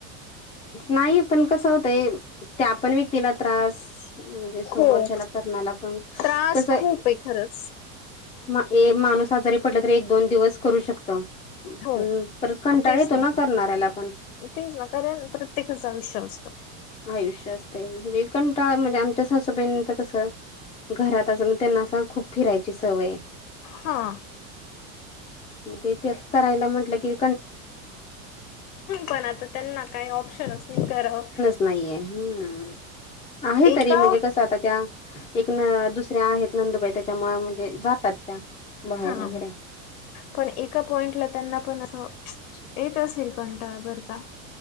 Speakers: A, on the left; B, on the left.
A: नाही पण कसं होतंय त्या पण व्यक्तीला त्रास. म्हणजे समोरच्याला
B: हो
A: करणारला पण
B: त्रास
A: कसंय.
B: खूप आहे खरंच.
A: मा ए माणूस आजारी पडला तर एक दोन दिवस करू शकत.
B: हो
A: पण परत कंटाळा
B: तेच
A: येतो.
B: ना
A: करणाऱ्याला पण.
B: तेच ना कारण प्रत्येकाचं आयुष्य असतं.
A: आयुष्य असते म्हणजे कंटाळ म्हणजे आमच्या सासूबाईणीच कसं घरात असं म्हण. त्यांना अस खूप फिरायची सवय हाय.
B: हा,
A: मग ते त्या करायला म्हंटलं कि.
B: पण आता त्यांना काही ऑप्शनच नाही कराव.
A: नाही हम आहे
B: एका
A: तरी म्हणजे कस आता. आता त्या एक न दुसऱ्या आहेत नंदबाई त्याच्यामुळ म्हणजे जातात त्या. बाहेर
B: हा!
A: वगैरे
B: पण एका पॉइंटला त्यांना पण अस येत असेल कंटाळा बरं का?